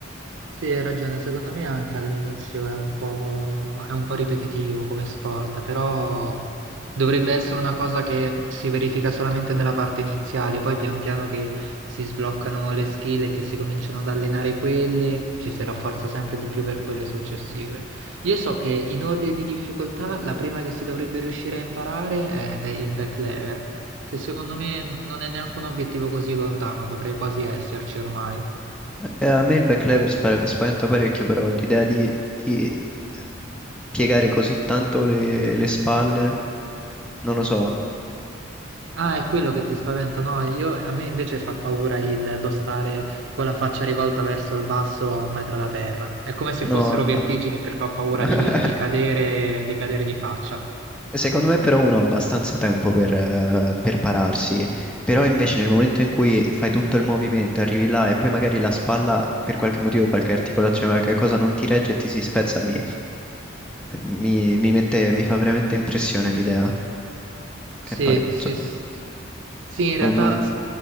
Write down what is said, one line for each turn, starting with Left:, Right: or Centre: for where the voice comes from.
Right: Sì, hai ragione, secondo me anche all'inizio è un po', è un po' ripetitivo come sport, però dovrebbe essere una cosa che si verifica solamente nella parte iniziale, poi pian piano che si sbloccano le skill e che si cominciano ad allenare quelle, ci si rafforza sempre di più per quelle successive. Io so che in ordine di difficoltà la prima che si dovrebbe riuscire a imparare è il back lever, che secondo me non è neanche un obiettivo così lontano, potrei quasi esserci ormai.
Centre: Eh, A me il backlevers pare- spaventa parecchio, però l'idea di, di, eh, piegare così tanto le, le spalle, non lo so.
Right: Ah, è quello che ti spaventa, no? Io, a me invece fa paura il- lo stare con la faccia rivolta verso il basso a un metro da terra. È come se
Centre: No,
Right: fossero
Centre: no.
Right: vertigini perché ho paura
Centre: <laughs>
Right: di, di cadere, di cadere di faccia.
Centre: Secondo me però uno ha abbastanza tempo per, eh, per pararsi, però invece nel momento in cui fai tutto il movimento, arrivi là e poi magari la spalla per qualche motivo, qualche articolazione, qualche cosa non ti regge e ti si spezza, mi, mi, mi mette, mi fa veramente impressione l'idea, che
Right: Sì,
Centre: poi
Right: sì,
Centre: insomma
Right: s- sì, in realtà,
Centre: non, non-
Right: s-